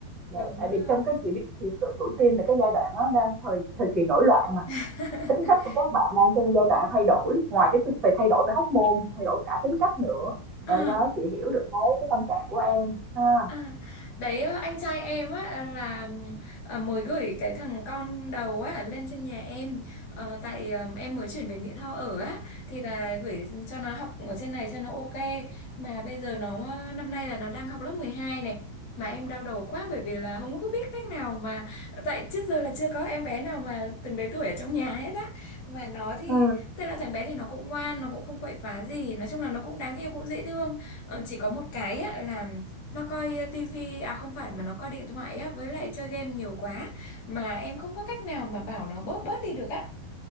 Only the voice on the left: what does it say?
đúng
rồi.
<laughs>
Ờ,
À, đấy ờ, anh trai em á à, là ờ, mới gửi cái thằng con đầu á lên trên nhà em Ờ, tại ờ, em mới chuyển về Mỹ Tho ở á thì là gửi cho nó học ở trên này cho nó ok mà bây giờ nó ờ, năm nay là nó đang học lớp 12 này mà em đau đầu quá bởi vì là không có biết cách nào mà tại trước giờ là chưa có em bé nào mà từng đấy tuổi ở trong nhà hết á mà nó thì
tức là thằng bé thì nó cũng ngoan nó cũng không quậy phá gì nói chung là nó cũng đáng yêu cũng dễ thương Ờ, chỉ có một cái á, là nó coi ờ, tivi à không phải mà nó coi điện thoại á với lại chơi game nhiều quá mà em không có cách nào mà bảo nó bớt bớt đi được á